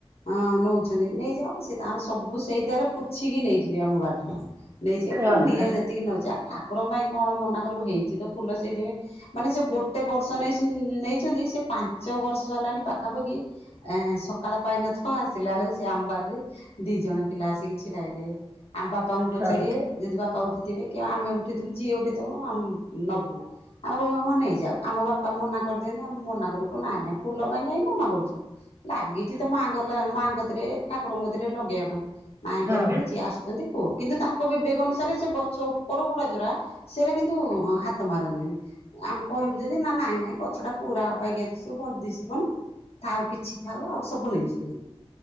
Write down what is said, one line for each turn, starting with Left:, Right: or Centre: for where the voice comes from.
Left: ଆଁ ନେଉଛନ୍ତି ନେଇଯାଉ ସେ ତାଙ୍କର ସବୁ ସେଇତରେ ପୋଛି କି ନେଇଯିବେ ଆମ ବାଡିରୁ ନେଇଯିବେ କଣ
Right: ଓହୋ
Left: ନିଆ ଯେତିକି ନଉଛ ଆଉ ଠାକୁର ପାଇଁ କଣ ମନା କରିବ ହେଇଛି ତ ଫୁଲ ସେଇଦେ ମାନେ ସେ ଗୋଟେ ବର୍ଷ ନେଇସ ନେଇଛନ୍ତି ସେ ପାଞ୍ଚ ଦ ବର୍ଷ ହେଲାଣି ପାଖାପାଖି ଏ ସକାଳ ପାଇନଥିବ ଆସିଲା ଆଳକୁ ସେ ଆମ ବାରିରେ ଦି ଜଣ ପିଲା ଆସିକି ଛିଡା ହେଇଥିଏ ଆମ ବାପାଙ୍କୁ ପଚାରିଏ
Right: ହଁ ହଁ
Left: ଯଦି ବାପା ଉଠିଥିବେ କି ଆମେ ଉଠିଥିବୁ ଯିଏ ଉଠିଥିବ ଆମ ନବୁ ଆମେ କହିବୁ ହଁ ନେଇଯାଅ ଆମ ବାପା ବା ମନା କରିଦେନ୍ତି ଆମେ ମନା କରୁ ନାଇଁ ନାଇଁ ଫୁଲ ପାଇଁ କାଇଁ ମନା କରୁ ଚ ଲାଗିଚି ତ ମାଙ୍କ ନ ମାଙ୍କ କତିରେ। ଠାକୁରଙ୍କ କତିରେ ଲଗେଇବା ପାଇଁ ନାହିଁ
Right: ହଁ
Left: କରିବୁନି ଯିଏ ଆସୁଛନ୍ତି କୁହ କିନ୍ତୁ ତାଙ୍କ ବିବେକ ଅନୁସାରେ ସେ ଗଛ ଉପ ଉପରଗୁଡା ଯୋରା ସେଇରା କିନ୍ତୁ ହାତ ମାରନ୍ତେନି ଆମେ କହିବୁ ଯଦି ନା ନାଇଁ-ନାଇଁ ଗଛଟା ପୁରା ଅବାଗିଆ ଦିଶିବ ଭଲ ଦିଶିବନି ଥାଉ କିଛି ଥାଉ ଆଉ ସବୁ ନେଇଯିବେ।